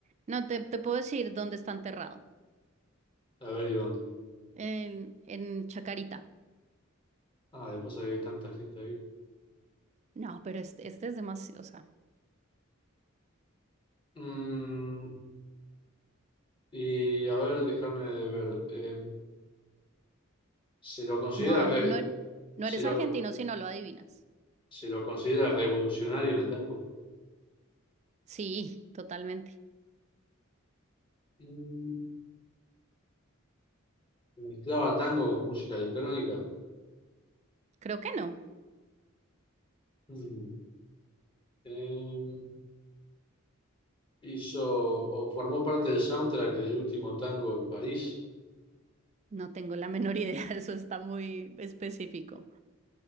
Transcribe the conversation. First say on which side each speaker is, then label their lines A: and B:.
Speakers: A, on the right; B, on the left.
A: No, te, te puedo decir dónde está enterrado.
B: A ver, ¿y dónde?
A: En, en Chacarita.
B: Ah, después hay tanta gente ahí.
A: No, pero este, este es demasiado, o sea,
B: Mm, y a ver, déjame ver. em, se lo considera,
A: no,
B: re-
A: no, no
B: se
A: eres
B: lo,
A: argentino si no lo adivinas.
B: se lo considera revolucionario en el tango.
A: Sí, totalmente.
B: Mm, Mezclaba tango con música electrónica.
A: Creo que no.
B: Mm, eh, hizo o formó parte del soundtrack del último tango en París.
A: No tengo la menor idea, <laughs> eso está muy específico.